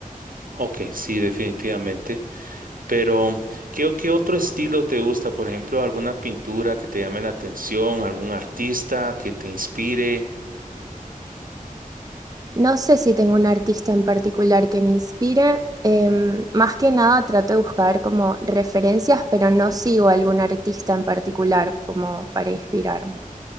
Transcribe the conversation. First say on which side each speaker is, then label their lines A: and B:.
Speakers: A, on the right (about 70°); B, on the right (about 25°).
A: Ok, sí, definitivamente. Pero, ¿qué, qué otro estilo te gusta? Por ejemplo, alguna pintura que te llame la atención, algún artista que te inspire.
B: No sé si tengo un artista en particular que me inspire. em, más que nada trato de buscar como referencias, pero no sigo algún artista en particular como para inspirarme.